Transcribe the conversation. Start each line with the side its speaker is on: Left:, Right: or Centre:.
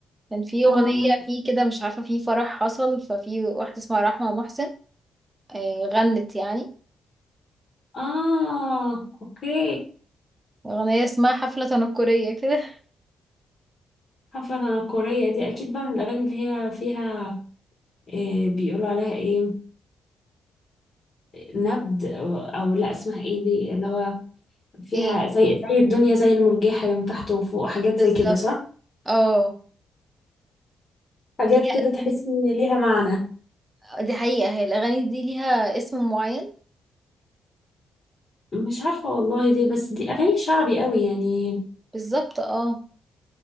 Right: كان في
Left: اه
Right: اغنيه
Left: م-
Right: فيه كده مش عارفه في فرح حصل ففي واحده اسمها رحمه محسن آه، غنت يعني
Left: اه اوكي
Right: أغنية اسمها حفلة تنكرية كده
Left: حفلة تنكرية دي اكيد بقى من الاغاني اللي هي فيها إيه بيقولوا عليها ايه نبد او أو لا اسمها ايه دي اللي هو فيها
Right: ايه
Left: زي زي الدنيا زي المرجحة يوم تحت وفوق حاجات
Right: بالظبط
Left: زي كده صح
Right: اه
Left: حاجات
Right: دي ليها
Left: كده
Right: أسامي
Left: تحس ان ليها معنى
Right: آه، دي حقيقة هي الأغاني دي ليها اسم معين
Left: مش عارفة والله دي بس دي اغاني شعبي قوي يعني
Right: بالظبط اه